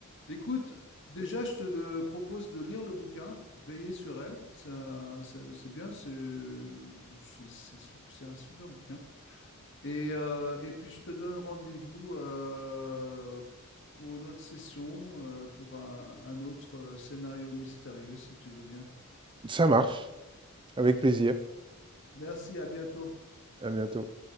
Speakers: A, on the left; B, on the right.
A: Écoute, déjà je te de- propose de lire le bouquin, veiller sur elle, ça, ça- c'est bien, c'est c'est c'est sup- c'est un super bouquin. Et, euh, et puis je te donne rendez-vous euh, pour une autre session, euh, pour un un autre euh, scénario mystérieux si tu veux bien.
B: Ça marche. Avec plaisir.
A: Merci, à bientôt.
B: À bientôt.